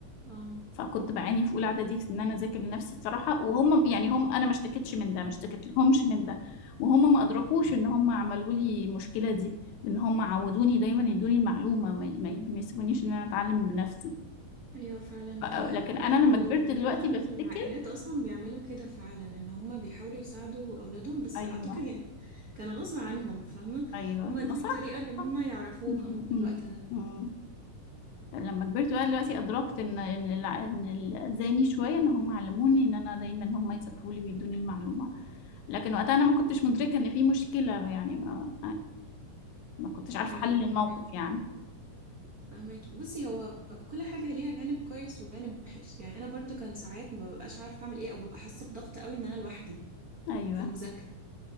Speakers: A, on the right (about 85°); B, on the left (about 75°).
A: اه
B: فكنت بعاني في اولى اعدادي في ان انا اذاكر لنفسي بصراحه وهم يعني هم انا ما اشتكيتش من ده ما اشتكيت لهمش من ده وهم ما ادركوش ان هم عملوا لي المشكله دي بان هم عودوني دايما يدوني المعلومه ما ما- ما يسيبونيش ان انا اتعلم بنفسي
A: ايوه فعلا
B: ف-
A: هي
B: لكن
A: اغلب
B: انا لما
A: ال-
B: كبرت دلوقتي
A: اغلب
B: بفتكر
A: العائلات اصلا بيعملوا كده فعلا ان هم بيحاولوا يساعدوا اولادهم بس
B: ايوه
A: اعتقد يعني كان غصب عنهم فاهمة
B: ايوه
A: هم
B: ما
A: دي
B: صح
A: الطريقة اللي هم
B: صح.
A: يعرفوها
B: م-
A: في
B: م-
A: الوقت ده
B: م- لما كبرت بقى دلوقتي ادركت ان ان الع- إن ال- اذاني شويه ان هم علموني ان انا دايما هم يذاكروا لي ويدوني المعلومه لكن وقتها انا ما كنتش مدركه ان في مشكله يعني ما, ما كنتش عارفه
A: ايوه
B: احلل
A: فهمك
B: الموقف يعني
A: فهماكي بصي هو كل حاجة ليها جانب كويس وجانب وحش يعني أنا برضو كان ساعات ما ببقاش عارفة أعمل إيه أو ببقى حاسة بضغط قوي إن أنا لوحدي
B: ايوه
A: في المذاكرة